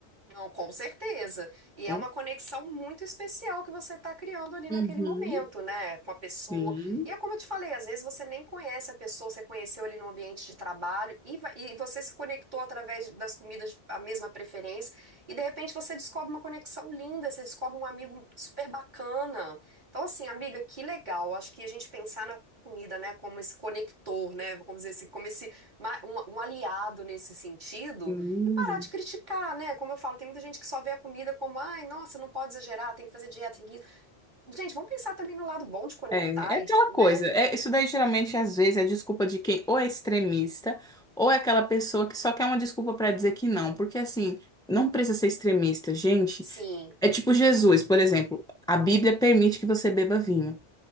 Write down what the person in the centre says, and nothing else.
Hum.
Uhum.
Sim.
Uhum.
Sim.
É, é
aquela
coisa. É, isso daí geralmente às vezes é desculpa de quem ou é extremista ou é aquela pessoa que só quer uma desculpa para dizer que não, porque assim, não precisa ser extremista, gente.
É tipo Jesus, por exemplo, a Bíblia permite que você beba vinho.